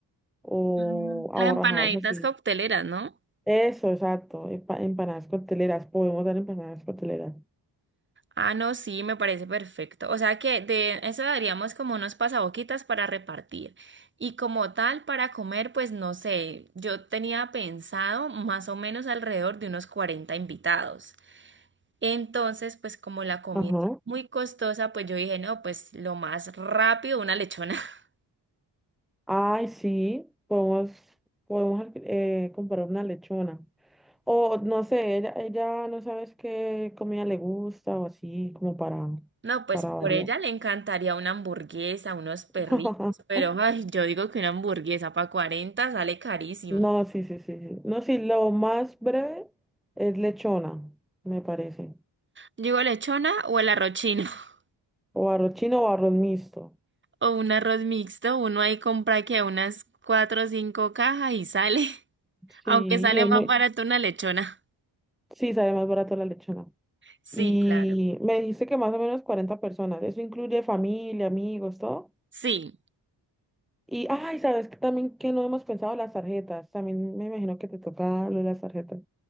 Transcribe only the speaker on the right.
Mm, Las
empanaditas
cocteleras, ¿no?
Ah, no, sí, me parece perfecto. O sea que de eso daríamos como unos pasaboquitas para repartir. Y como tal, para comer, pues no sé, yo tenía pensado más o menos alrededor de unos 40 invitados. Entonces, pues como la comida
es muy costosa, pues yo dije, no, pues lo más rápido, una lechona. <laughs>
No, pues
por ella le encantaría una hamburguesa, unos perritos,
pero ay, yo digo que una hamburguesa para 40 sale carísimo.
Yo Digo lechona o el arroz chino <laughs>
o un arroz mixto, uno ahí compra que unas cuatro o cinco cajas y sale, <laughs> aunque
sale
más
barato una lechona.
Sí,
claro.
Sí.